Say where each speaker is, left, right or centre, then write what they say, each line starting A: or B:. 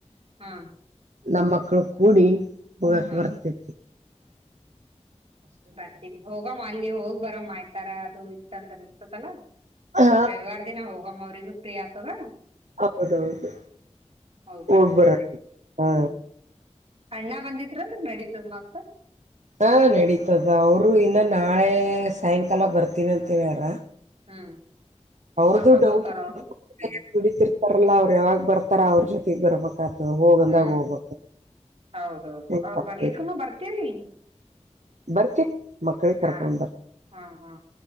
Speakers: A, on the right; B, on the right.
A: ಹಾ
B: ನಮ್ಮ ಮಕ್ಳು ಕೂಡಿ ಹೋಗಕ್
A: ಹಾ
B: ಬರ್ತಿವ್.
A: ಬರ್ತವಿ ಹೋಗಮ್ಮ ಅಲ್ಲಿ ಹೋಗಿ ಬರಮ್ಮ ಆಯ್ತಾರ ಅದು ಇತ್ತ ಅಂದ್ರ ಇನ್ತತಲ್ಲಾ.
B: ಹಾ
A: ರವಿವಾರ ದಿನ ಹೋಗಮ್ಮ ಅವ್ರಿಗೂ ಫ್ರೀ ಆತದ.
B: ಹೌದೌದು
A: ಹೌ ಬಾರಾಮ್ರಿ
B: ಹೋಗ್ಬರ ಹಾ
A: ಹ್ಮ್. ಅಣ್ಣ ಬಂದಿದ್ರ ಅಂದ್ರ ನಡೀತದ್ ಮತ್ತ.
B: ಹಾ ನಡೀತದ ಅವ್ರು ಇನ್ನ ನಾಳೆ ಸಾಯಂಕಾಲ ಬರ್ತೀನಿ ಅಂತ ಹೇಳ್ಯಾರ್.
A: ಹ್ಮ್
B: ಅವ್ರದು
A: ಕರ್ಕೊಂಡ್
B: ಡೌಟ್
A: ಹೋತಾರ ಅವರು
B: <unintelligible>
A: ಹ್ಮ್
B: ದುಡತಿರ್ತಾರಲ್ಲ ಅವ್ರ ಯಾವಾಗ್ ಬರ್ತಾರ ಅವ್ರ ಜೊತೆಗ್ ಬರ್ಬ ತ್ ಹೋಗಂದಾಗ
A: ಹ್ಮ್
B: ಹೋಗ್ಬ
A: ಹೌದೌದು
B: <unintelligible>
A: ಅವ್ರ ಬರ್ಲಿಕ್ಕೂನು ಬರ್ತಿರ್ಲಿ
B: ಬರ್ತಿ ಮಕ್ಕಳಿಗೆ
A: ಹಾ
B: ಕರ್ಕೊಂಡ್ ಬರ್ತ
A: ಹಾ ಹಾ